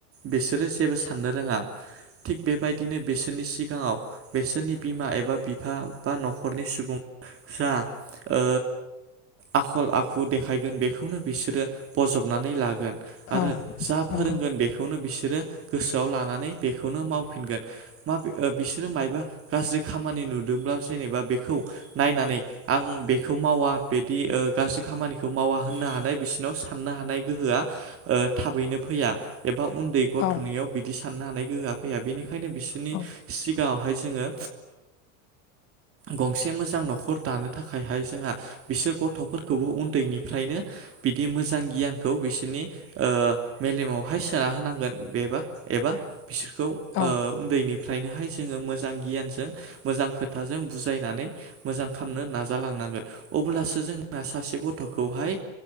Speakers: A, on the right (about 35°); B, on the left (about 40°).
A: बिसोरो जेबो साननो रोङा थिग बेबायदिनो बिसोरनि सिगां सिगाङाव बिसोरनि बिमा एबा बिफा बा न'खरनि सुबुं जा ओ आखल आखु देखायगोन बेखौनो बिसोरो बजब नानै लागोन आरो
B: औ
A: जा
B: नंगौ
A: फोरोंगोन बेखौनो बिस बिसोरो गोसोआव लानानै बेखौनो मावफिनगोन मा बिसोरो मायबा गाज्रि खामानि नुदोंब्ला जेनेबा बेखौ नायनानै आं बेखौ खौ मावा बिदि गाज्रि खामानिखौ मावा होननो हानाय बिसिनाव साननो हानाय गोहोआ ओ थाबैनो फैया एबा उन्दै गथ'नियाव
B: औ
A: बिदि साननो हानाय गोहोआ फैया बेनिखायनो बिसोरनि
B: औ
A: सिगाङावहाय जोङो गंसे मोजां न'खर दानो थाखायहाय जोंहा बिसोर गथ'फोरखौबो उन्दैनिफ्रायनो बिदि मोजां गियानखौ बिसोरनि मेलेमावहाय सोना होनांगोन बेबा एबा बिसोरखौ ओ
B: औ
A: उन्दैनि निफ्रायनोहाय जोङो मोजां गियानजों मोजां खोथाजों बुजायनानै मोजां खालामनो नाजालां लांनांगोन अब्लासो जों सासे गथ' खौहाय